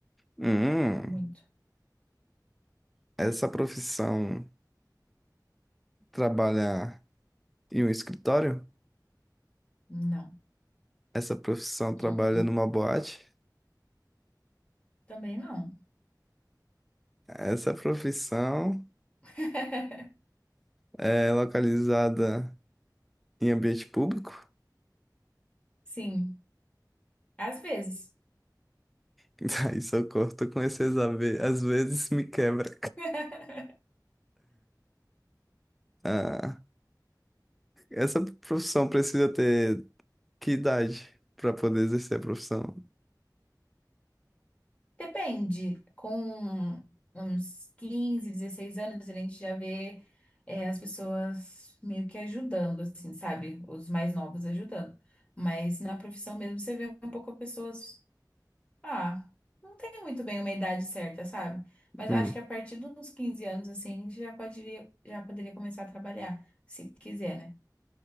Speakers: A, in the centre; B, on the left.
A: Hum,
B: Muito.
A: essa profissão trabalha em um escritório?
B: Não.
A: Essa profissão trabalha
B: Hum, hum.
A: numa boate?
B: Também não.
A: Essa profissão
B: <laughs>
A: é localizada em ambiente público?
B: Sim, às vezes.
A: <laughs> Aí, socorro, tô com esses ave- às vezes me quebra.
B: <laughs>
A: Ah, essa profissão precisa ter Que idade para poder exercer a profissão?
B: Depende. Com uns 15, 16 anos, a gente já vê, é, as pessoas meio que ajudando, assim, sabe? Os mais novos ajudando. Mas na profissão mesmo, você vê um pouco pessoas. Ah, não tem muito bem uma idade certa, sabe? Mas
A: Hum,
B: eu acho que a partir dos 15 anos, assim, já poderia, já poderia começar a trabalhar, se quiser, né?